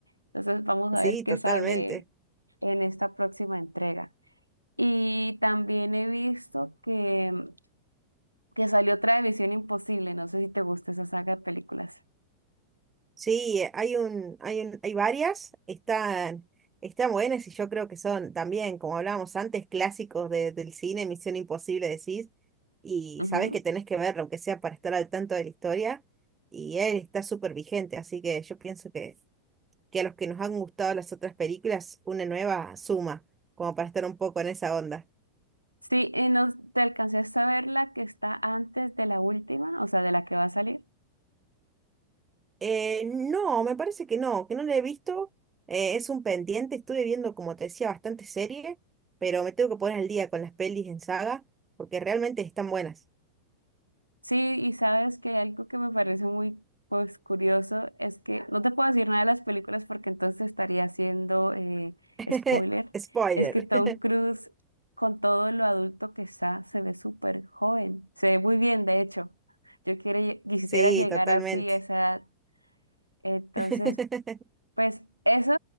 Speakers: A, on the right; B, on the right.
A: Entonces vamos
B: Sí,
A: a ver qué
B: totalmente.
A: sale en esta próxima entrega. Y también he visto que, que salió otra de Misión Imposible. No sé si te gusta esa saga de películas.
B: Sí, eh, hay un, hay un, hay varias, están, están buenas y yo creo que son también, como hablábamos antes, clásicos de- del cine, Misión Imposible decís, y
A: Ujú.
B: sabés que tenés que verlo, aunque sea para estar al tanto de la historia, y él está súper vigente, así que yo pienso que, que a los que nos han gustado las otras películas, una nueva suma, como para estar un poco en esa onda.
A: Sí, y no, ¿te alcancé a ver la que está antes de la última? O sea, de la que va a salir.
B: Eh, no, me parece que no, que no la he visto. Eh, es un pendiente, estuve viendo, como te decía, bastante serie, pero me tengo que poner al día con las pelis en saga, porque realmente están buenas.
A: Sí, y sabes que algo que me parece muy pues curioso es que no te puedo decir nada de las películas porque entonces estaría haciendo eh,
B: <laughs>
A: spoiler.
B: Spoiler.
A: Es que Tom
B: <laughs>
A: Cruise, con todo lo adulto que está, se ve súper joven. Se ve muy bien, de hecho. Yo quiero, lle- quisiera
B: Sí,
A: llegar
B: totalmente.
A: así a esa edad. Entonces,
B: <laughs>
A: pues eso.